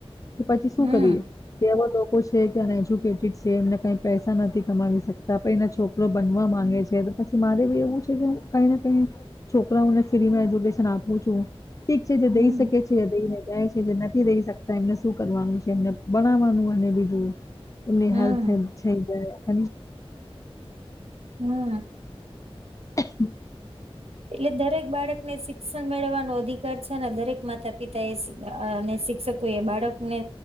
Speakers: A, on the left; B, on the right.
A: છે કે પછી શું
B: હમ
A: કરીએ કે એવા લોકો છે કે અનએજ્યુકેટેડ છે એમને કઈ પૈસા નથી કમાવી શકતા પને છોક બનવા માંગે છે, તો પછી મારે બી એવું છે કે કઈ ને કઈ છોકરાઓને ફ્રીમાં એજ્યુકેશન આપું છું. ઠીક છે જે
B: હમ
A: દઈ શકે છે દઈને જાય છે જે નથી દઈ શકતા એમને શું કરવાનું છે એમને બનાવાનું અને બીજું એમની
B: હમ
A: હેલ્થેલ્ થઈ જાય <inaudible>
B: હમ્મ.
A: હ
B: એટલે દરેક બાળક ને શીખ શિક્ષણ મેળવવાનો અધિકાર છે ને દરેક માતા પિતા એ અને અ શિક્ષકો એ બાળકને